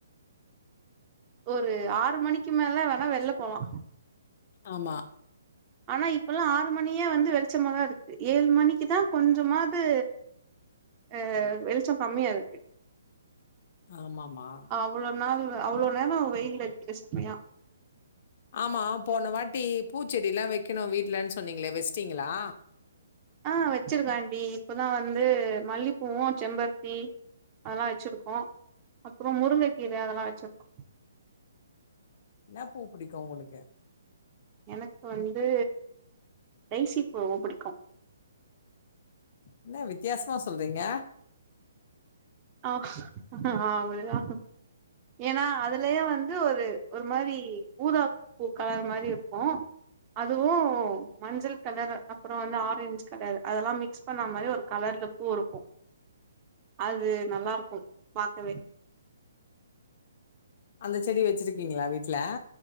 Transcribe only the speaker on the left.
ஆமா
ஆமா மா
ஆமா போன வாட்டி பூச்செடிலா வைக்கணு வீட்லன்னு சொன்னீங்ளே வெச்சிட்டீங்ளா
என்னா பூ புடிக்கு உங்ளுக்கு
என்ன வித்தியாசமா சொல்றீங்க
அந்த செடி வச்சிருக்கீங்களா வீட்ல